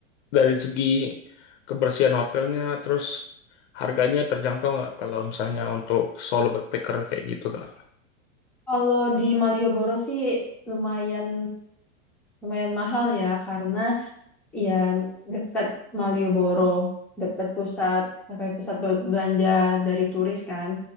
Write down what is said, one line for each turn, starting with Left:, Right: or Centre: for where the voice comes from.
Left: dari segi kebersihan hotelnya, terus harganya terjangkau nggak kalau misalnya untuk solo backpacker kayak gitu kak?
Centre: kalau di Malioboro sih lumayan lumayan mahal ya karena Iya, dekat Malioboro, dekat pusat, sampai pusat bel- belanja dari turis kan.